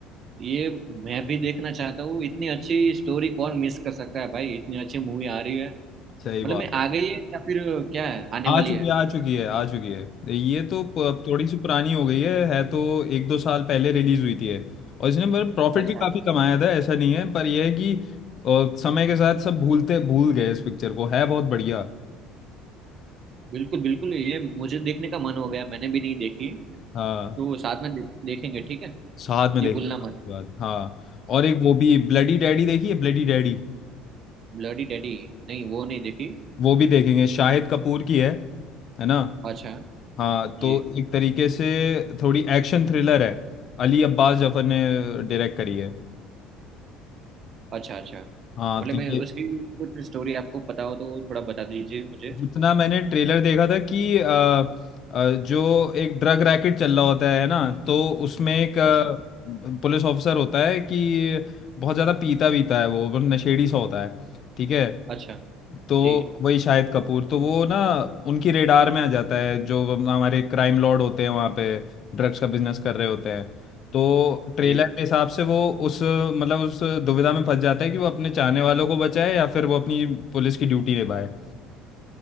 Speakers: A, on the right; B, on the left.
A: ये मैं भी देखना चाहता हूँ इतनी अच्छी स्टोरी कौन मिस कर सकता है भाई इतनी अच्छी मूवी आ रही है
B: सही
A: मतलब
B: बात
A: मैं आ गई है या फिर क्या है आने
B: आ
A: वाली
B: चुकी
A: है
B: है आ चुकी है आ चुकी है ये तो प- थोड़ी सी पुरानी हो गई है है तो एक दो साल पहले रिलीज हुई थी है और इसने मतलब प्रॉफिट
A: अच्छा
B: भी काफी कमाया था ऐसा नहीं है पर यह है कि अ, समय के साथ सब भूलते भूल गए इस पिक्चर को है बहुत बढ़िया
A: बिल्कुल बिल्कुल ये मुझे देखने का मन हो गया मैंने भी नहीं देखी
B: हाँ
A: तो साथ में दे, देखेंगे ठीक है
B: साथ में
A: ये
B: देख
A: भूलना
B: लेते
A: मत
B: हैं इसके बाद हाँ और एक वो भी ब्लडी डैडी देखी है ब्लडी डैडी
A: Bloody daddy नहीं वो नहीं देखी
B: वो भी देखेंगे शाहिद कपूर की है है ना
A: अच्छा
B: हाँ
A: जी
B: तो एक तरीके से थोड़ी एक्शन थ्रिलर है अली अब्बास जफर ने डायरेक्ट करी है
A: अच्छा अच्छा
B: हाँ
A: मतलब
B: तो
A: मैं
B: ये
A: उसकी कुछ स्टोरी आपको पता हो तो थोड़ा बता दीजिए मुझे
B: जितना मैंने ट्रेलर देखा था कि अ, अ, जो एक ड्रग रैकेट चल रहा होता है ना तो उसमें एक अ,
A: अच्छा
B: पुलिस ऑफिसर होता है कि बहुत ज़्यादा पीता वीता है वो बहुत नशेड़ी सा होता है ठीक है
A: अच्छा
B: तो
A: जी
B: वही शाहिद कपूर तो वो ना उनकी रेडार में आ जाता है जो हमारे क्राइम लॉर्ड होते हैं वहाँ पे ड्रग्स का बिजनेस कर रहे होते हैं तो ट्रेलर
A: जी
B: के हिसाब से वो उस मतलब उस दुविधा में फंस जाता है कि वो अपने चाहने वालों को बचाए या फिर वो अपनी पुलिस की ड्यूटी निभाए